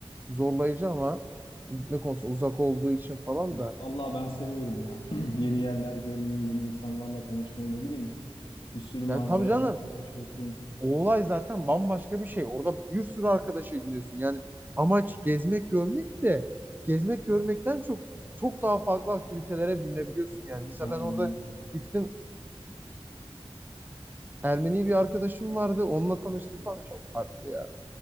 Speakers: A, on the right; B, on the left.
A: zorlayıcı ama gitme konusunda uzak olduğu için falan
B: Ya
A: da.
B: Allah ben seviyorum ya. <clears throat> Yeni yerler görmeyi, yeni insanlarla tanışmayı ne bileyim. Bir sürü macera,
A: Yani tabii canım
B: bir şey yaşıyorsun.
A: o olay zaten bambaşka bir şey. Orada bir sürü arkadaş ediniyorsun. Yani amaç gezmek görmek de gezmek görmekten çok çok daha farklı aktivitelere bürünebiliyorsun yani. Mesela
B: Aynen.
A: ben orada
B: öyle.
A: gittim Ermeni bir arkadaşım vardı. Onunla tanıştık falan çok farklı ya.